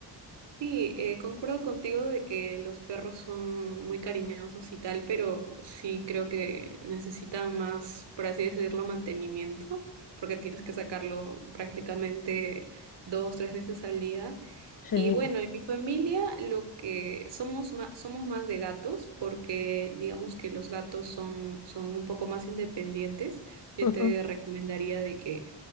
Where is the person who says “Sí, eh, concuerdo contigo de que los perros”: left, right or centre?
Right